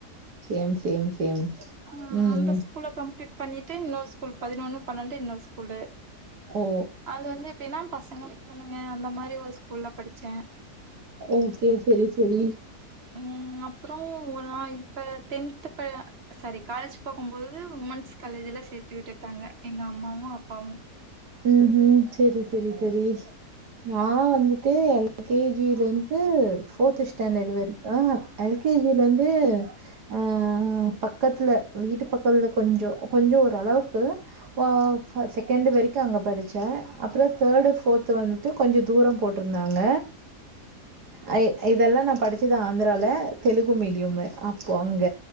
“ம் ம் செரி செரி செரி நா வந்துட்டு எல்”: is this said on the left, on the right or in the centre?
Right